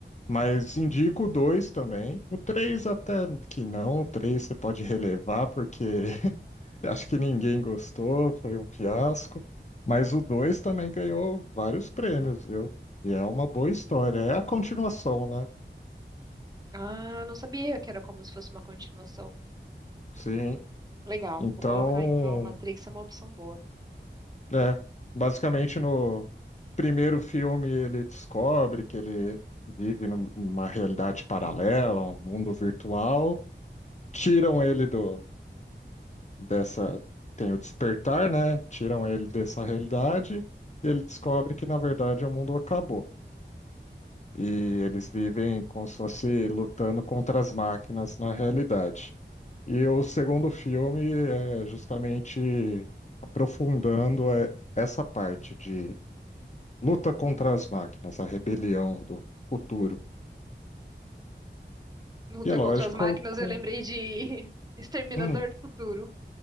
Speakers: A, on the left; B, on the right.
A: Mas indico o 2 também. O 3 até que não, o 3 você pode relevar, porque <laughs> acho que ninguém gostou, foi um fiasco. Mas o 2 também ganhou vários prêmios, viu? E é uma boa história. É a continuação, né?
B: Ah, não sabia que era como se fosse uma continuação.
A: Sim.
B: Legal,
A: Então,
B: vou colocar então. Matrix é uma opção boa.
A: É, basicamente no primeiro filme ele descobre que ele vive num- numa realidade paralela, um mundo virtual. Tiram ele do dessa tem o despertar, né? Tiram ele dessa realidade e ele descobre que na verdade o mundo acabou. E eles vivem como se fosse lutando contra as máquinas na realidade. E o segundo filme é justamente aprofundando é, essa parte de Luta contra as máquinas, a rebelião do futuro.
B: Luta
A: E é lógico,
B: contra as máquinas, eu
A: com
B: lembrei de <laughs> Exterminador
A: hum,
B: do Futuro.